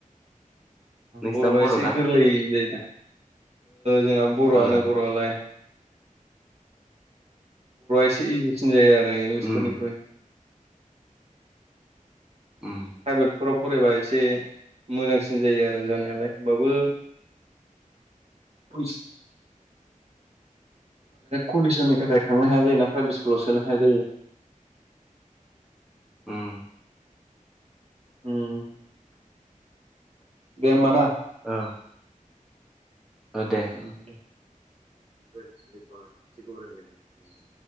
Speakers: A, in the centre; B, on the right (about 50°).
A: नोंसिना
B: बरआ
A: बर'ना
B: एसे गोरलै जायो दा जोंना बरआनो
A: ओ
B: बरआलाय इसे सिन जायो आरो इंलिसफोरख्रुइ
A: उम उम
B: प्राइभेटफोराव फरायबा एसे मोजांसिन जायो आरो जानायालाय होमबाबबो फुस कन्डिसननि थाखाय थांनो हाया जायो ना प्राइभेट स्कुलाव सोनो हाया जायो।
A: उम
B: उम दे होमबा ना।
A: ओ ओ दे
B: <unintelligible>